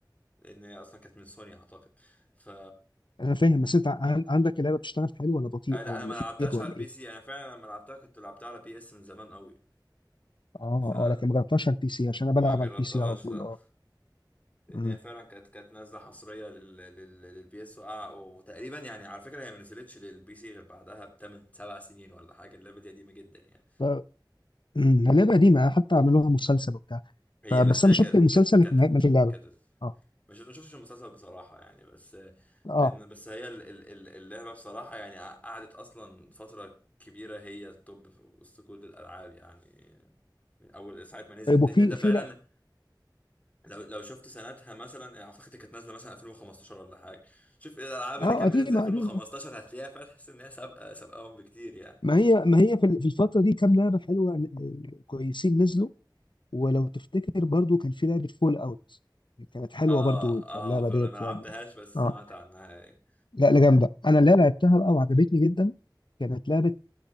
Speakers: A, on the left (about 20°); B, on the left (about 85°).
A: لأن هي أصلا كانت من سوني أعتقد ف
B: أنا فاهم بس أنت عن- عندك اللعبة بتشتغل حلو ولا بطيئة
A: آه، لا
B: ولا
A: انا ما لعبتهاش
B: فيك ولا
A: على البي
B: إيه؟
A: سي انا فعلا لما لعبتها كنت لعبتها على بي اس من زمان قوي
B: آه
A: ف
B: آه لكن ما جربتهاش على البي سي عشان أنا
A: ما
B: بلعب
A: جربتهاش
B: على البي سي على طول
A: لا
B: آه
A: لان
B: مم.
A: هي فعلا كانت كانت نازله حصريه لل... لل... للبي اس وقع وتقريبا يعني على فكره هي ما نزلتش للبي سي غير بعدها بتمن سبع سنين ولا حاجه اللعبه دي قديمه جدا يعني
B: ف- <clears throat> مم، لعبة قديمة حتى عملوها مسلسل وبتاع
A: هي
B: فبس
A: بس
B: أنا
A: هي
B: شفت
A: كانت
B: المسلسل
A: كانت كانت
B: لكن ما ما في اللعبة
A: كانت
B: آه
A: مش ما شفتش المسلسل بصراحة يعني بس
B: آه
A: لأن بس هي ال- ال- ال- اللعبة بصراحة يعني قعدت أصلا فترة كبيرة هي التوب في وسط كل الألعاب يعني من أول ساعة ما نزلت
B: طيب وفي
A: لأن أنت فعلا
B: في لعبة
A: لو لو شفت سنتها مثلا أعتقد كانت نازلة مثلا 2015 ولا حاجة شوف إيه الألعاب اللي
B: آه
A: كانت
B: قديمة
A: بتنزل 2015
B: قديمة آه.
A: هتلاقيها فعلا تحس إن هي سابقة سابقاهم بكتير يعني
B: ما هي ما هي في في الفترة دي كام لعبة حلوة آه، كويسين نزلوا ولو تفتكر برضو كان في لعبة فول اوت كانت حلوة
A: آه
B: برضو
A: آه
B: اللعبة
A: فما
B: ديت
A: لعبتهاش
B: يعني
A: بس
B: اه
A: سمعت عنها يعني.
B: لا لا جامدة انا اللي لعبتها بقى وعجبتني جدا كانت لعبة